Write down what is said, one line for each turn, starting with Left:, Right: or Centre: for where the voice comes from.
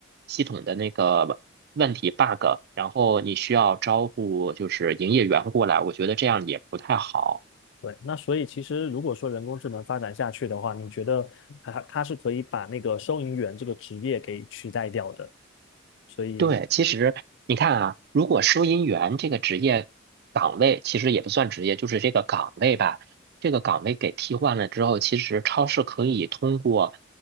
Right: 系统的那个问题 bug，然后你需要招呼就是营业员过来，我觉得这样也不太好。
Left: 对，那所以其实如果说人工智能发展下去的话，你觉得它它是可以把那个收银员这个职业给取代掉的？所以，
Right: 对，其实你看啊，如果收银员这个职业岗位，其实也不算职业，就是这个岗位吧。这个岗位给替换了之后，其实超市可以通过